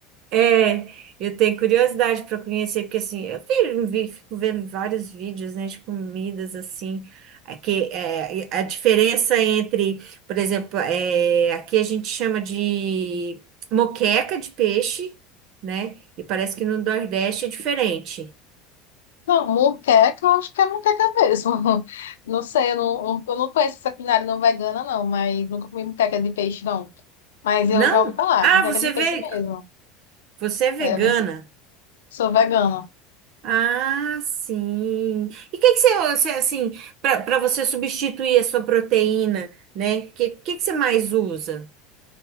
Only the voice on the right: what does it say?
É, eu tenho curiosidade para conhecer, porque, assim, eu vi, vi- fico vendo vários vídeos, né, de comidas, assim, é que é, a diferença entre, por exemplo, é, aqui a gente chama de moqueca de peixe, né, e parece que no Nordeste é diferente.
Não?
Ah,
você
é
ve-
você é vegana.
Ah, sim. E o que que você, você, assim, para você substituir a sua proteína, né? O que, que que você mais usa?